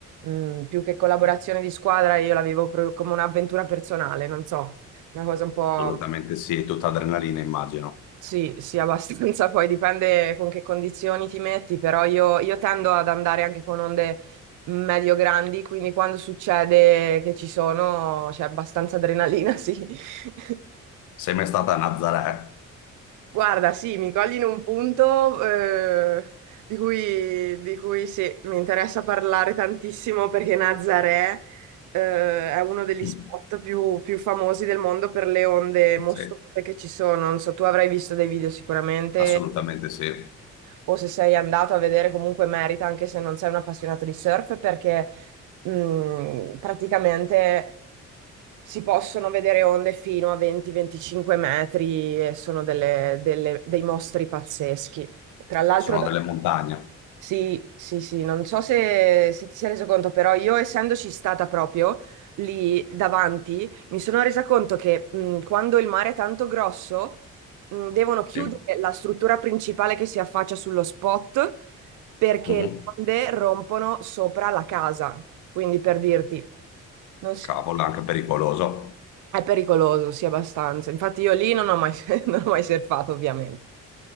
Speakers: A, on the right (about 80°); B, on the left (about 85°).
A: Mm, più che collaborazione di squadra, io la vivo proprio come un'avventura personale, non so, una cosa un po'...
B: Assolutamente sì, è tutta adrenalina, immagino.
A: Sì, sì, abbastanza, poi dipende con che condizioni ti metti, però io, io tendo ad andare anche con onde medio grandi, quindi quando succede che ci sono c'è abbastanza adrenalina, sì. <laughs>
B: Sei mai stata a Nazaré?
A: Guarda, sì, mi cogli in un punto eh, di cui, di cui sì, mi interessa parlare tantissimo perché Nazaré eh, è uno degli
B: Mm.
A: spot più, più famosi del mondo per le onde mostruose
B: Sì,
A: che ci sono. Non so, tu avrai visto dei video sicuramente,
B: assolutamente sì.
A: o se sei andato a vedere, comunque merita, anche se non sei un appassionato di surf, perché mm, praticamente si possono vedere onde fino a 20-25 metri e sono delle- delle- dei mostri pazzeschi. Tra l'altro,
B: Sono
A: da-
B: delle montagne.
A: sì, sì, sì, non so se, se ti sei reso conto, però io essendoci stata proprio lì davanti, mi sono resa conto che mh, quando il mare è tanto grosso, mh, devono chiudere
B: Sì.
A: la struttura principale che si affaccia sullo spot perché
B: Mhm.
A: le onde rompono sopra la casa, quindi per dirti, non si-
B: Cavolo, è anche pericoloso.
A: è pericoloso, sì, abbastanza. Infatti io lì non ho mai, <laughs> non ho mai surfato, ovviamente.